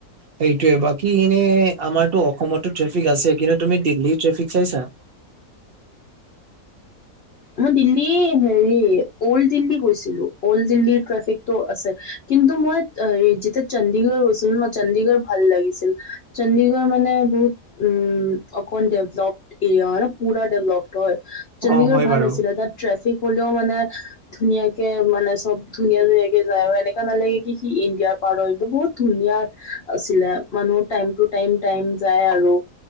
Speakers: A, on the right; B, on the left.
A: সেইটোৱে। বাকী এনে আমাৰ অসমতো ট্ৰেফিক আছে কিন্তু তুমি দিল্লীৰ ট্ৰেফিক চাইছা?
B: মই দিল্লী হেৰি অল্ড দিল্লী গৈছিলোঁ, অল্ড দিল্লীৰ ট্ৰেফিকটো আছে কিন্তু মই- অঁ হেৰী যেতিয়া চণ্ডীগড় গৈছিলোঁ না চণ্ডীগড় ভাল লাগিছিল। চণ্ডীগড় মানে বহুত- উম অকল ডেভলোপ্ড এৰিয়া মানে পুৰা ডেভলোপ্ড হয়। চণ্ডীগড়-
A: অ হয়
B: ভাল
A: বাৰু
B: আছিলে তাত ট্ৰেফিক হ'লেও মানে- ধুনীয়াকে মানে চব ধুনীয়া ধুনীয়াকে যায় আৰু এনেকা নালাগে কি সি ইণ্ডিয়াৰ পাৰ্ট হয় বহুত ধুনীয়া আছিলে মানুহ টাইম টু টাইম টাইম যায় আৰু।